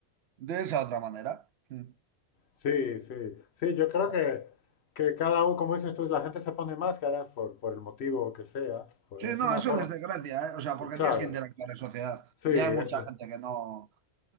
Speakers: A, on the right (about 75°); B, on the left (about 75°).
A: de esa otra manera. Mm.
B: Sí, sí, sí, yo creo
A: Claro.
B: que, que cada uno, como dices tú, la gente se pone máscaras por, por el motivo que sea, pues
A: Sí,
B: es
A: no,
B: una
A: eso
B: forma,
A: es desgracia, ¿eh? O sea, porque
B: claro,
A: tienes que interactuar en sociedad.
B: sí,
A: Y
B: eso
A: hay mucha gente que no...